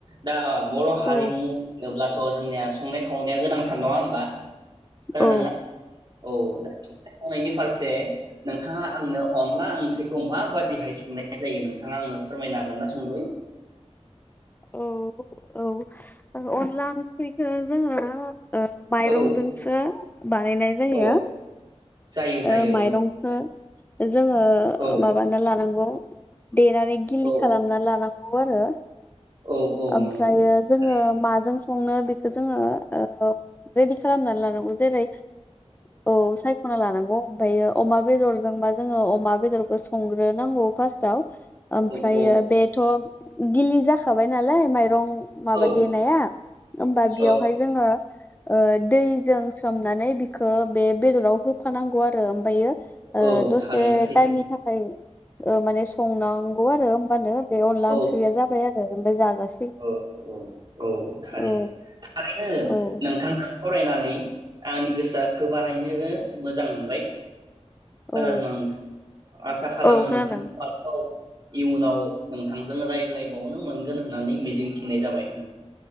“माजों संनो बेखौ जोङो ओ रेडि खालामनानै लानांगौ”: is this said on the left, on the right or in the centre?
Left